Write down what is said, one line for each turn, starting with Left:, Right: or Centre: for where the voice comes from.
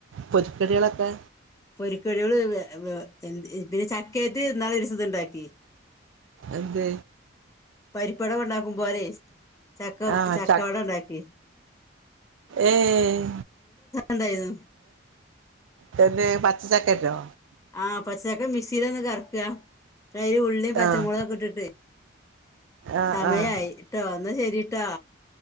Right: പൊരിക്കടികളൊക്കെ
Left: പൊരിക്കടികള് എന്തിനു പിന്നെ ചക്കയറ്റ് നാളെ ഇന്നാലൊരു ദിവസം ഉണ്ടാക്കി
Right: എന്ത്
Left: പരിപ്പ് വട ഉണ്ടാക്കും പോലെ ചക്ക
Right: ആഹ്
Left: ചക്കവടണ്ടാക്കി
Right: ച ഏഹ്
Left: ഉണ്ടായിരുന്നു
Right: തന്നെ പച്ച ചക്കന്റോ
Left: ആഹ് പച്ചച്ചക്കെ മിക്സിയില ഒന്ന് കറക്ക ന്നട്ട് അയ്ൽ ഉള്ളിയും പച്ചമുളകൊക്കെ
Right: ആഹ്
Left: ഇട്ടിട്ടെ
Right: ആഹ്
Left: സമയായി
Right: ആഹ്
Left: യിട്ടോ എന്നാ ശരിട്ടോ